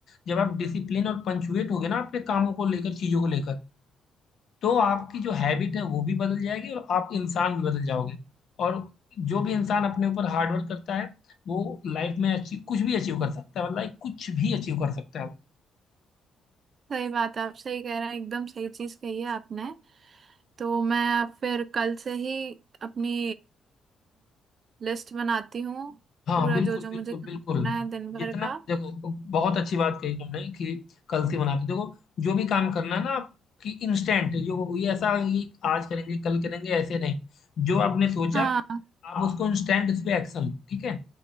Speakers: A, on the left; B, on the right.
A: जब आप डिसिप्लिन और पंचुएट होगे ना अपने कामों को लेकर चीजों को लेकर तो आपकी जो हैबिट है वो भी बदल जाएगी और आप इंसान भी बदल जाओगे और जो भी इंसान अपने ऊपर हार्ड वर्क करता है वो लाइफ में अचीव कुछ भी अचीव कर सकता है लाइक कुछ भी अचीव कर सकता है वो।
B: सही बात है आप सही कह रहे हैं एकदम सही चीज कही है आपने तो मैं अब फिर कल से ही अपनी लिस्ट बनाती हूँ
A: हाँ
B: पूरा
A: बिल्कुल
B: जो जो
A: बिल्कुल
B: मुझे काम
A: बिल्कुल
B: करना है दिन भर
A: जितना
B: का
A: देखो बहुत अच्छी बात कही तुमने कि कल से बनाते देखो जो भी काम करना है ना आप कि इंस्टेंट जो ये ऐसा कि आज करेंगे कल करेंगे ऐसे नहीं जो आपने सोचा
B: हाँ
A: आप उसको इंस्टेंट इस पे एक्शन लो ठीक है